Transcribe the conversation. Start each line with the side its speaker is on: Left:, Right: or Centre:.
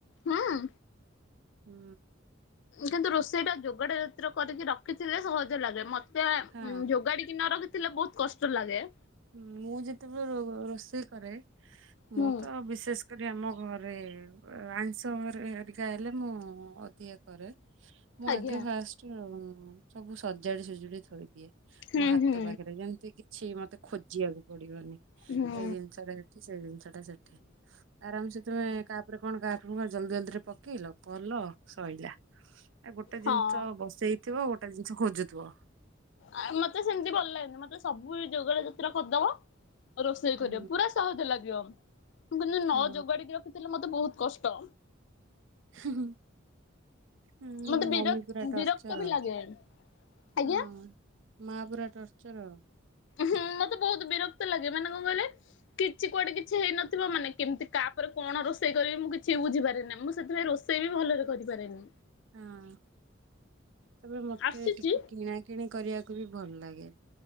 Left: ହଁ।
Right: ହୁଁ।
Left: କିନ୍ତୁ ରୋଷେଇ ଟା ଯୋଗାଡ଼ ଯତ୍ନ କରିକି ରଖିଥିଲେ। ସହଜ ଲାଗେ ମତେ
Right: ହଁ
Left: ଉଁ ଯୋଗାଢିକି କିନ ରଖିଥିଲେ ବହୁତ କଷ୍ଟ ଲାଗେ।
Right: ହଁ ମୁଁ ଯେତେବେଳେ ରୋ ରୋଷେଇ କରେ
Left: ହୁଁ
Right: ମୁଁ ତ ବିଶେଷ କରି ଆମ ଘରେ ଆଇଁଷ ହେରିକା ହେଲେ ମୁଁ ଅଧିକା କରେ। ମୁଁ
Left: ଆଜ୍ଞା।
Right: ଆଗେ ଫାଷ୍ଟ ସବୁ ସଜାଡି ସଜୁଡି ଥୋଇଦିଏ।
Left: ହୁଁ
Right: ମୋ ହାତ
Left: ହୁଁ
Right: ପାଖରେ ଯେମିତି କିଛି ମତେ ଖୋଜିବାକୁ ପଡିବନି
Left: ହୁଁ
Right: ଏଇ ଜିନିଷରେ ସେଇ ଜିନିଷ ଟା ସେଠି ଆରାମସେ ତୁମେ କାପରେ କଣ କାହା ଜଲଦି ଜଲଦିରେ ପକେଇଲ କଲ ଶଇଲା। ଆ ଗୋଟେ
Left: ହଁ।
Right: ଜିନିଷ ବସେଇଥିବ ଆଉ ଗୋଟେ ଜିନିଷ ଖୋଜୁଥିବ।
Left: ଆ ମତେ ସେମିତି ଭଲ ଲାଗେନି ମତେ ସବୁ ଯୋଗ ଜତରେ କରିଦବ ରୋଷେଇ
Right: ହୁଁ
Left: କରିବ ପୁରା ସହଜ ଲାଗିବ ମୁ କିନ୍ ନ
Right: ହଁ
Left: ଯୋଗାଡିକି ରଖିଥିଲେ ମତେ ବହୁତ କଷ୍ଟ।
Right: ହୁଁ ହୁଁ। ହୁଁ
Left: ମତେ ବିର
Right: ମମି ପୁରା ଟର୍ଚର
Left: ବିରକ୍ତ ବି ଲାଗେ। ଆଜ୍ଞା।
Right: ହଁ। ମା ପୁରା ଟର୍ଚର ଆଉ।
Left: ହୁଁ ମତେ ବହୁତ ବିରକ୍ତ ଲାଗେ ମାନେ କଣ କହିଲେ କିଛି କୁଆଡେ କିଛି ହେଇନଥିବ ମାନେ କେମିତି କାପରେ କଣ ରୋଷେଇ କରିବି ମୁଁ କିଛି ବୁଝିପାରି ମୁଁ ସେଥିପାଇଁ ରୋଷ ସେ ବି ଭଲରେ କରିପାରେନି।
Right: ହଁ ତାପରେ ମତେ
Left: ଆସିଛି
Right: ଟିକେ କିଣା କିଣି କରିବାକୁ ବି ଭଲ ଲାଗେ